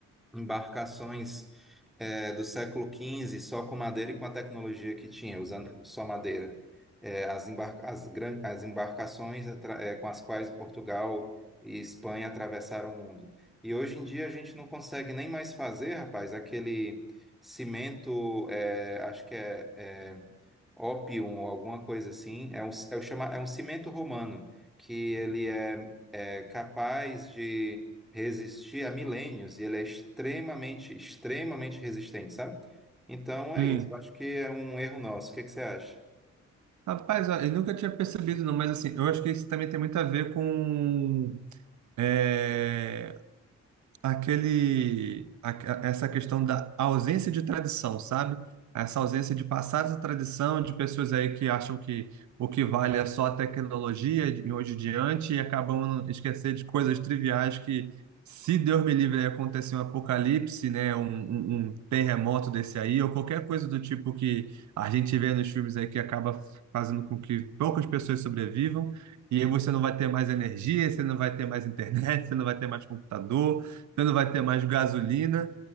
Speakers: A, in the centre; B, on the right.
A: embarcações é, do século XV só com madeira e com a tecnologia que tinha, usando só madeira. É, as, embarca as, gran- as embarcações atra- é, com as quais Portugal e Espanha atravessaram o mundo. E hoje em dia a gente não consegue nem mais fazer, rapaz, aquele cimento, é, acho que é, é ópium ou alguma coisa assim, é um, é o chama- é um cimento romano, que ele é é capaz de resistir a milênios e ele é extremamente, extremamente resistente, sabe? Então é
B: Hum.
A: isso. Eu acho que é um erro nosso. O que é que você acha?
B: Rapaz, ó, eu nunca tinha percebido, não, mas assim, eu acho que isso também tem muito a ver com eh, aquele a- a- essa questão da ausência de tradição, sabe? Essa ausência de passar essa tradição de pessoas aí que acham que o que vale é só a tecnologia de hoje em diante e acabam esquecendo de coisas triviais que, se Deus me livre, aí acontecer um apocalipse, né, um, um- um terremoto desse aí, ou qualquer coisa do tipo que a gente vê nos filmes aí que acaba fazendo com que poucas pessoas sobrevivam, e
A: Hum,
B: aí você não vai ter mais energia, você não vai ter mais internet, <laughs> você não vai ter mais computador, você não vai ter mais gasolina.